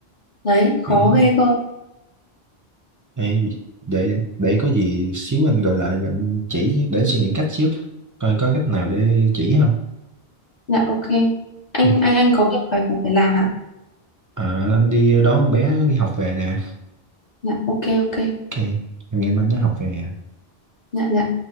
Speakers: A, on the left; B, on the right.
A: Đấy, khó
B: kiểu
A: ghê cơ.
B: ai gì- để để có gì xíu anh gọi lại rồi anh chỉ để anh suy nghĩ cách xíu coi có cách nào để chỉ không
A: Dạ ok. Anh
B: Ừ,
A: anh anh có việc phải phải phải làm hả?
B: à, anh đi đón con bé đi học về nè
A: Dạ ok ok.
B: ok anh em anh nó học về à.
A: Dạ dạ.